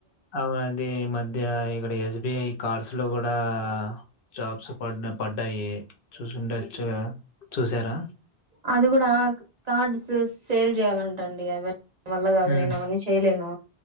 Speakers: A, on the left (about 65°); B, on the right (about 45°).
A: అవునండి. ఈ మధ్య ఇక్కడ ఎస్బిఐ కార్స్ లో కూడా జాబ్స్ ప పడ్ పడ్డయి చూసుండొచ్చు కదా చూసారా
B: అది కూడా కార్డ్స్ సేల్ చేయాలంటండి ఎవర వల్ల కాదు
A: హ్మ్
B: నేను అవన్నీ చేయలేను